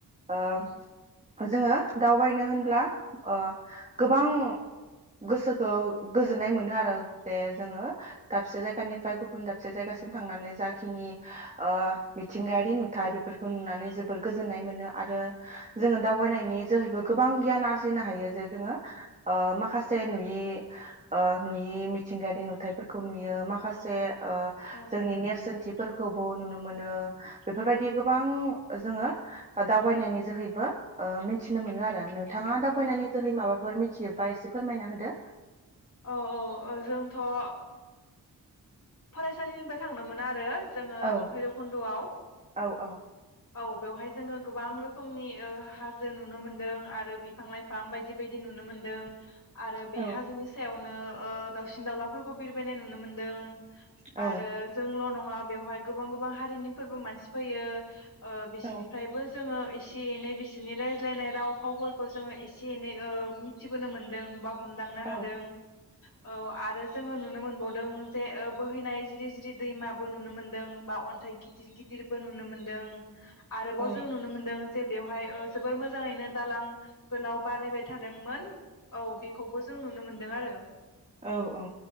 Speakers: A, on the right; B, on the left.
A: ओ
B: औ
A: जोङो दावबायनो होनब्ला ओ गोबां गोसोखौ गोजोननाय मोनो आरो जे जोङो दाबसे जायगानिफ्राय गुबुन दाबसे जायगासिम थांनानै जाखिनि ओ मिथिंगायारि नुथाय बेफोरखौ नुनानै जोबोर गोजोननाय मोनो आरो जोङो दावबायनायनि जोहैबो गोबां गियान आर जिनो हायो जे जोङो ओ माखासे नुयि नुयि मिथिंगायारि नुथायाइफोरखौ नुयो माखासे ओ
B: औ
A: जोंनि नेरसोनथिफोर खौबो नुनो मोनो। बेफोरबायदि
B: औ
A: गोबां जोङो दावबायनायनि जोहैबो ओ मिथिनो मोनो आरो। नोंथाङा
B: औ
A: फैनायनि
B: औ
A: जोहै माबाफोर मिथियोबा एसे फोरमायना होदो?
B: औ औ ओ जोंथ' ओ फरायसालिनिफ्राय थांदोंमोन आरो जोङो
A: औ
B: भैरबखुन्दआव।
A: औ औ
B: औ बेवहाय जोङो गोबां रोखोमनि ओ हाजो नुनो मोनदों आरो बिफां लाइफां बायदि बायदि नुनो मोनदों। आरो बे
A: औ
B: हाजोनि सायाव नों ओ दाउसिन दावउलाफोरखौ बिरबायनाय नुनो मोनदों।
A: औ
B: आरो जोंल' न ङा बेवहाय गोबां गोबां हारिनि फोरबो मानसि फैयो। ओ बिसोरनिफ्रायबो
A: औ
B: जोङो एसे एनै बिसोरनि रायज्लायनाय राव फावफोरखौ जोङो एसे एनै ओ मिथिबोनो मोनदों बा हमदांनो
A: औ
B: हादों औ आरो जोङो नुनो मोनबावदों जे ओ बोहैनाय जिरि जिरि दैमाबो नुनो मोन्दों। बा अन्थाइ गिदिर गिदिरबो नुनो मोन दों। आरोबाव
A: औ
B: जों नुनो मोनदों जे बेवहाय ओ जोबोर मोजाङैनो दालां गोलाव बानायबाय थादोंमोन। औ बेखौबो जों नुनो मोन दों आरो।
A: औ औ।